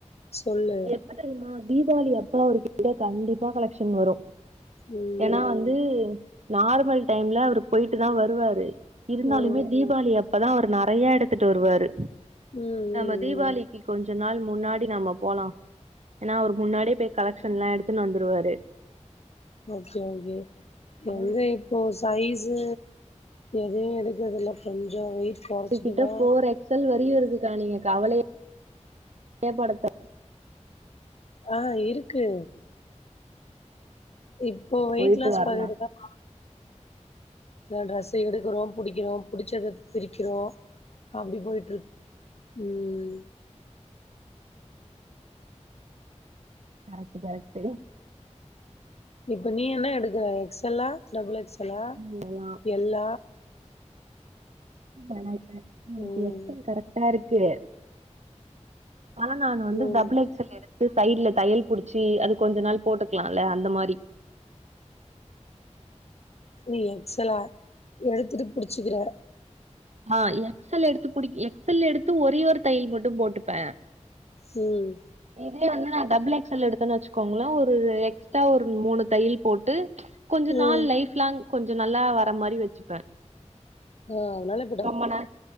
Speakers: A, on the left; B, on the right.
A: சொல்லு
B: எப்பத் தெரியுமா தீபாவளி அப்ப அவுருக்கிட்ட கண்டிப்பா கலெக்ஷன் வரு
A: ம்
B: ஏனா வந்து நார்மல் டைம்ல அவரு போயிட்டு தா வருவாரு இருந்தாலுமே
A: ம்
B: தீபாவளி அப்பதா அவரு நெறைய எடுத்துட்டு வருவாரு
A: ம் ம்
B: நம்ம தீபாவளி
A: ம்
B: க்கி கொஞ்ச நாள் முன்னாடி நம்ம போலா ஏனா அவரு முன்னாடியே போய் கலெக்ஷன்லா எடுத்துன் வந்துருவாரு
A: ஓகே ஓகே
B: அவரு
A: எங்க இப்போ சைஸு எதையு எடுக்கதுல கொஞ்சோ வெயிட் கொறச்சிட்டுதா
B: க்குகிட்ட ஃபோர் எக்ஸல் வரையு இருக்குக்கா நீங்க கவலையே <inaudible>
A: அ இருக்கு இப்போ வெயிட்
B: போயிட்டு
A: லாஸ்
B: வரலா
A: பன்னிட்டுதா <inaudible> இந்த ட்ரெஸ்ஸ எடுக்குறோ புடிக்கிறோ புடிச்சத பிரிக்கிறோ அப்டி போயிட்ருக் ம்
B: கரெக்ட்டு கரெக்ட்டு
A: இப்ப நீ என்ன எடுக்குற எக்ஸலா டபுள் எக்ஸலா
B: ம்
A: எல்லா
B: எனக்கா எனக்கு
A: ம்
B: எக்ஸல் கரெக்டா இருக்கு ஆனா நானு வந்து
A: ம்
B: டபுளெக் ஸல் எடுத்து சைட்ல தையல் புடுச்சி அது கொஞ்ச நாள் போட்டுக்லால்ல அந்த மாரி
A: நீ எக்ஸலா எடுத்துட்டு புடுச்சுக்குற
B: ஆ எக்ஸல் எடுத்து புடி எக்ஸல் எடுத்து ஒரே ஒரு தையல் மட்டு போட்டுப்பே
A: ம்
B: இதே வந்து நா டபுள் எக்ஸல் எடுத்தன் வச்சுக்கோங்களே ஒரு எக்ஸ்ட்டா ஒரு மூனு தையல் போட்டு கொஞ்ச
A: ம்
B: நாள் லைஃப் லாங் கொஞ்சொ நல்லா வர மாரி வச்சுப்பே
A: ஒ அதுனாலப்
B: ரொம்ப நா